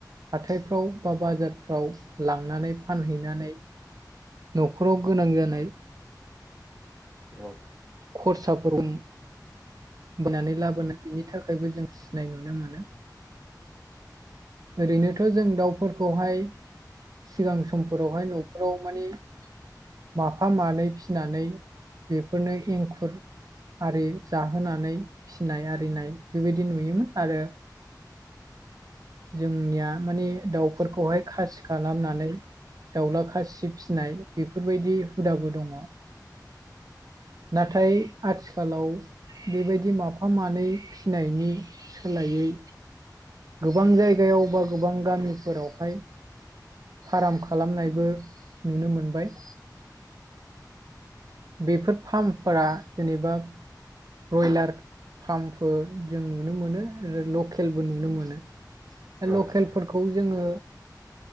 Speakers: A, on the right (about 55°); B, on the right (about 35°).
A: हाथायफ्राव बा बाजारफ्राव लांनानै फानहैनानै नखराव गोनां जानाय
B: औ औ
A: खरसाफोर <unintelligible> बोनानै लाबोनाय बेनि थाखायबो जों फिसिनाय नुनो मोनो। ओरैनोथ' जों दाउफोरखौहाय सिगां समफोरावहाय न'फोराव माने माफा मानै फिनानै बेफोरनो एंखुर आरि जाहोनानै फिनाय आरिनाय बेबायदि नुयोमोन आरो जोंनिया माने दाउफोरखौहाय खासि खालामनानै दाउला खासि फिसिनाय बेफोरबायदि हुदाबो दङ। नाथाय आथिखालाव बेबायदि माफा मानै फिनायनि सोलायै गोबां जायगायाव बा गोबां गामिफोरावहाय फाराम खालामनायबो नुनो मोनबाय। बेफोर फार्मफोरा जेनेबा ब्रयलार फार्मफोर जों नुनो मोनो आरो लकेलबो नुनो मोनो।
B: नोंथां
A: लकेलफोरखौ जोङो